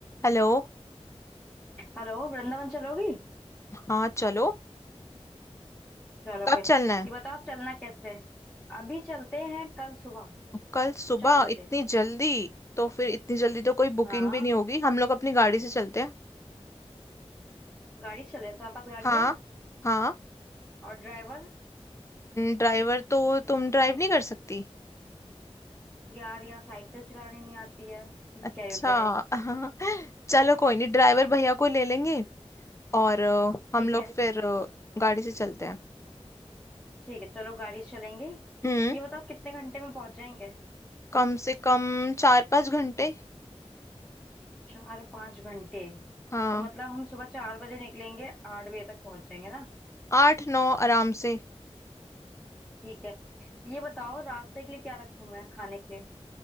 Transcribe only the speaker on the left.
Hello
हाँ चलो
कब
चलना है
कल सुबह
इतनी जल्दी तो फिर इतनी जल्दी तो कोई बुकिंग
भी नहीं होगी हम लोग अपनी गाड़ी से चलते हैं
हाँ
हाँ
ड्राइवर तो तुम ड्राइव नहीं कर सकती
अच्छा
<laughs> हाँ चलो कोई नहीं ड्राइवर भैया को ले लेंगे और अ,
हम लोग
फिर अ, गाड़ी से चलते हैं
हम्म
कम से कम चार पाँच घंटे
हाँ
आठ नौ आराम से